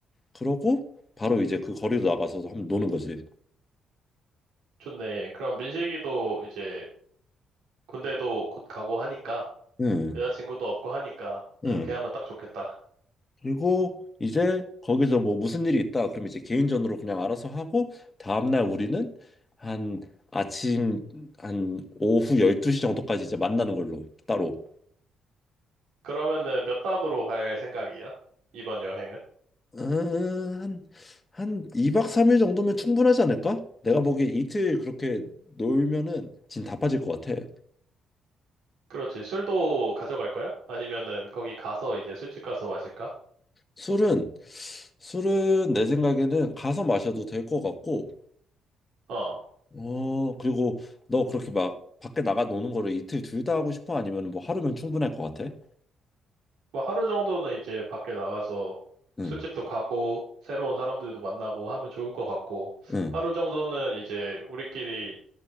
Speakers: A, on the left; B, on the right.
A: 그러고 바로 이제 그 거리로 나가서 한번 노는 거지.
B: 좋네. 그럼 민식이도 이제 군대도 곧 가고 하니까
A: 응.
B: 여자친구도 없고 하니까 그렇게
A: 응.
B: 하면 딱 좋겠다.
A: 그리고 이제 거기서 뭐 무슨 일이 있다. 그럼 이제 개인전으로 그냥 알아서 하고 다음날 우리는 한 아침 한 오후 12시 정도까지 이제 만나는 걸로 따로.
B: 그러면은 몇 박으로 갈 생각이야? 이번 여행은?
A: 음, 한, 한 2박 3일 정도면 충분하지 않을까? 내가 보기에 이틀 그렇게 놀면은 진 다 빠질 것 같아.
B: 그렇지. 술도 가져갈 거야? 아니면은 거기 가서 이제 술집 가서 마실까?
A: 술은 술은 내 생각에는 가서 마셔도 될 것 같고.
B: 어.
A: 어, 그리고 너 그렇게 막 밖에 나가 노는 거를 이틀 둘 다 하고 싶어? 아니면 뭐 하루면 충분할 것 같아?
B: 뭐 하루 정도는 이제 밖에 나가서
A: 응,
B: 술집도 가고 새로운 사람들도 만나고 하면 좋을 것 같고
A: 응,
B: 하루 정도는 이제 우리끼리